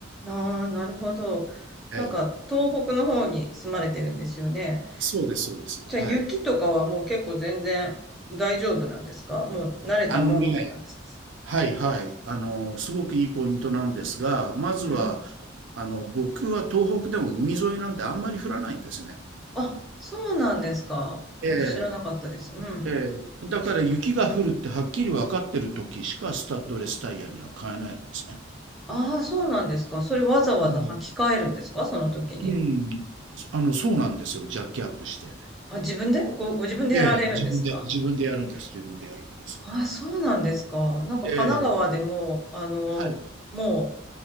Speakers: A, in the centre; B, on the right.
A: ああ、なるほど。
B: ええ、
A: なんか、
B: ええ
A: 東北の方に住まれてるんですよね。
B: そうです、そうです。
A: じゃあ、
B: はい。
A: 雪とかはもう結構全然大丈夫なんですかもう慣れたもんって感じですか
B: あのね、はいはい。あの、すごくいいポイントなんですが、まずは、
A: うん。
B: あの、僕は東北でも海沿いなんであんまり降らないんですね。
A: あ、そうなんですか。
B: ええ
A: あ、知らなかったです。うん。
B: ええ、だから雪が降るってはっきり分かってる時しかスタッドレスタイヤには買えないんですね。
A: ああ、そうなんですか。それわざわざ履き替えるんですかその時に。
B: うん。うん、あの、そうなんですよ。ジャッキアップして。
A: あ、自分でご、ご自分でやられるんですか
B: ええ、自分で、自分でやるんです。自分でやるんです。
A: あ、そうなんですか。なんか神奈川でも、
B: ええ、
A: あの、
B: はい。
A: も